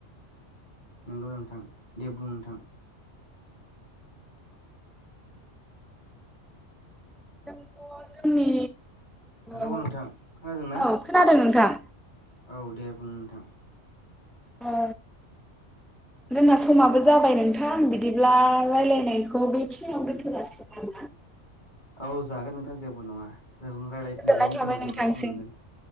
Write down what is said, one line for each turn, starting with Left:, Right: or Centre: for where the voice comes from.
Left: नंगौ नोंथां दे बुं नोंथां?
Centre: <unintelligible> जोंनि
Left: हेलौ
Centre: <inaudible>
Left: नोंथां खोनादोंना
Centre: औ खोनादों नोंथां?
Left: औ दे बुं नोंथां
Centre: औ जोंना समाबो जाबाय नोंथां बिदिब्ला रायलायनायखौ बेखिनिावनो दोनथ' जासिगोन नामा?
Left: औ जागोन नोंथां जेबो नङा जों रायलायफिनगोन
Centre: गोजोननाय थाबाय
Left: जों जेब्ला
Centre: नोंथांसिम।
Left: सम मोनगोन